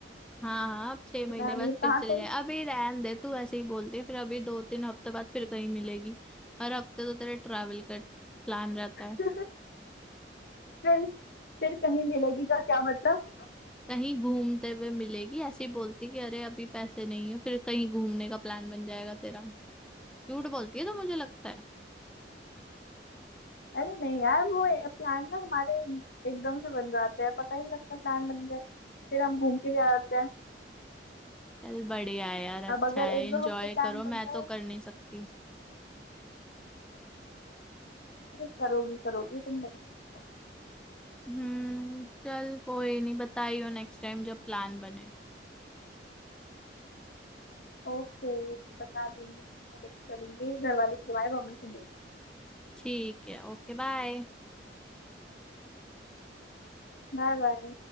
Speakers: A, in the centre; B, on the left.
A: हाँ हाँ अब छह महीने
B: तो मैं अमीर
A: बाद फिर
B: कहाँ
A: चले
B: से हुई?
A: जाए अभी रहन दे तू ऐसे ही बोलते है फिर अभी दो तीन हफ्ते बाद फिर कहीं मिलेगी हर हफ्ते तो तेरे ट्रैवल का प्लान रहता है
B: <laughs> फिर फिर कहीं मिलेगी का क्या मतलब
A: कहीं घूमते हुए मिलेगी ऐसे ही बोलती कि अरे अभी पैसे नहीं है फिर कहीं घूमने का प्लान बन जाएगा तेरा झूठ बोलती है तो मुझे लगता है
B: अरे नहीं यार वो प्लान ना हमारे एकदम से बन जाते हैं पता ही नहीं लगता प्लान बन गए फिर हम घूम के भी आ जाते हैं
A: चल बढ़िया है यार अच्छा
B: अब अगर
A: है
B: एक
A: एंजॉय
B: दो हफ्ते प्लान
A: करो
B: बनता
A: मैं तो
B: है
A: कर नहीं सकती
B: अरे करोगी करोगी तुम टेंशन मत लो
A: हम्म चल कोई नहीं बताइयो नेक्स्ट टाइम जब प्लान बने
B: ओके बता दूंगी मैं लेके चलूंगी घर वालों से तुम्हारी परमिशन लेंगी
A: ठीक है ओके बाय
B: Bye bye